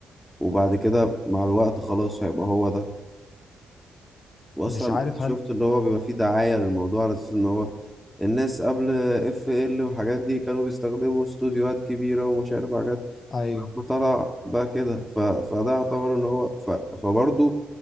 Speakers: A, in the centre; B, on the left.
A: وبعد كده مع الوقت خلاص هيبقى هو ده واصلا
B: مش عارف
A: شفت
B: هل
A: اللي هو بيبقى فيه دعاية للموضوع على اساس ان هو الناس قبل اف ال والحاجات دي كانوا بيستخدموا استوديوهات كبيرة ومش عارف حاجات
B: ايوه
A: ما طلع بقى كده ف... فده يعتبر ان هو ف... فبرضه